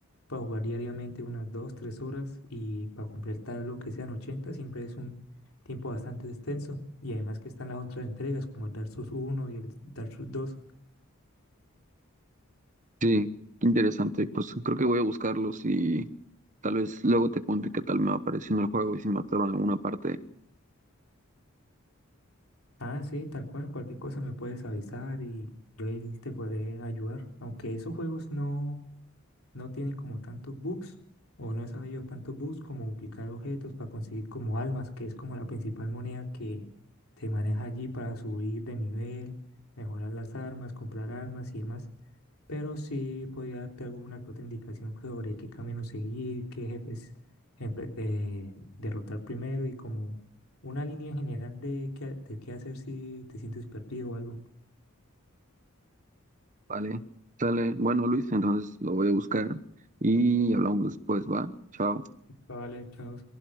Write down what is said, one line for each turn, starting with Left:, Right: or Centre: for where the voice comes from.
Left: para jugar diariamente unas 2, 3 horas y para completar lo que sean 80, siempre es un tiempo bastante extenso, y además que están las otras entregas, como el Dark Souls uno y el Dark Souls dos.
Right: Sí, qué interesante. Pues creo que voy a buscarlos y tal vez luego te cuente qué tal me va apareciendo el juego y si me atoro en alguna parte.
Left: Ah, sí, tal cual, cualquier cosa me puedes avisar y yo ahí te podré ayudar. Aunque esos juegos no no tienen como tantos bugs, o no he sabido tantos bugs como duplicar objetos para conseguir como almas, que es como la principal moneda que se maneja allí para subir de nivel, mejorar las armas, comprar armas y demás. Pero sí podría darte alguna que otra indicación sobre qué camino seguir, qué jefes empe- eh, derrotar primero y como una línea general de qué, ha- de qué hacer si te sientes perdido o algo.
Right: Vale, sale. Bueno, Luis, entonces lo voy a buscar y hablamos después, va. Chao.
Left: Vale, chao.